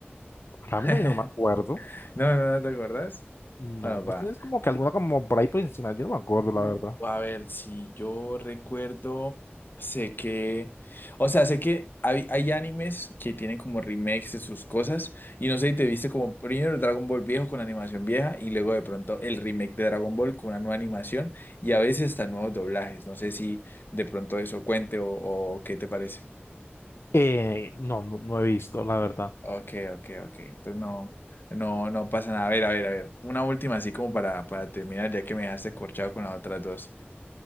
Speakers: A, on the left; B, on the left.
A: Para
B: <laughs>
A: mí no, yo no me acuerdo.
B: No, no, no te acuerdas.
A: No,
B: Bueno, va.
A: pues tienes como que alguna como por ahí por encima. Yo no me acuerdo,
B: Uh,
A: la verdad.
B: A ver, si yo recuerdo, sé que, o sea, sé que hay, hay animes que tienen como remakes de sus cosas y no sé si te viste como primero el Dragon Ball viejo con animación vieja y luego de pronto el remake de Dragon Ball con una nueva animación y a veces hasta nuevos doblajes. No sé si de pronto eso cuente o, o qué te parece.
A: Eh, no, no, no he visto, la verdad.
B: Ok, ok, ok. Entonces no, no, no pasa nada. A ver, a ver, a ver. Una última así como para, para terminar, ya que me dejaste corchado con las otras dos.